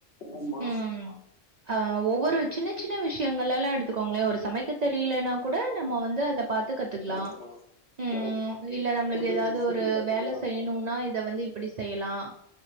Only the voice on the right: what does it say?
ம் ஆஹ் ஒவ்வொரு சின்ன சின்ன விஷயங்கள எல்லா எடுத்துக்கோங்களே ஒரு சமைக்க தெரியலனா கூட நம்ம வந்து அத பாத்து கத்துக்லா
ம்
இல்ல நம்ளுக்கு
ஏதாவது
ஒரு
வேலை செய்யணுனா இத வந்து இப்டி செய்யலா